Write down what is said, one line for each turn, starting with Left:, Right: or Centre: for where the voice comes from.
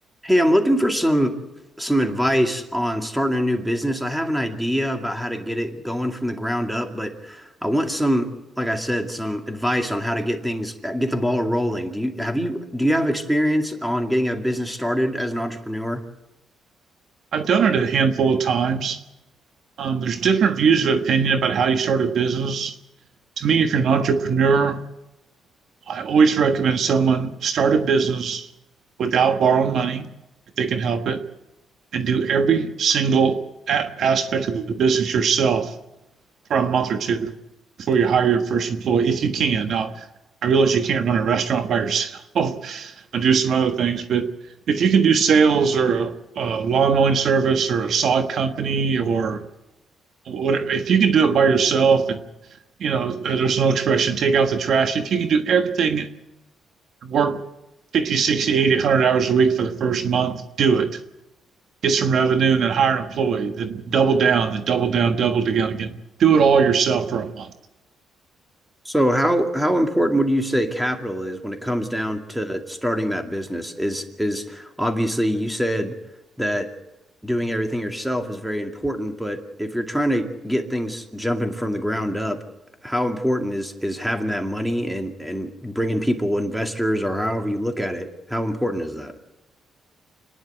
Centre: Hey, I'm looking for some some advice on starting a new business. I have an idea about how to get it going from the ground up, but I want some, like I said, some advice on how to get things get the ball rolling. Do you have you do you have experience on getting a business started as an entrepreneur?
Right: I've done it a handful of times. Um, there's different views of opinion about how you start a business. To me, if you're an entrepreneur, I always recommend someone start a business without borrowing money if they can help it and do every single a- aspect of the business yourself for a month or two before you hire your first employee, if you can. Now, I realize you can't run a restaurant by yourself <laughs> and do some other things, but if you can do sales or a, a lawn mowing service or a sod company or what, if you can do it by yourself and you know, there's no expression, take out the trash. If you can do everything, work 50, sixty, eighty, one hundred hours a week for the first month, do it. Get some revenue and then hire an employee, then double down, then double down, double down again. Do it all yourself for a month.
Centre: So how how important would you say capital is when it comes down to starting that business? Is is obviously you said that doing everything yourself is very important, but if you're trying to get things jumping from the ground up, how important is is having that money and and bringing people, investors, or however you look at it, how important is that?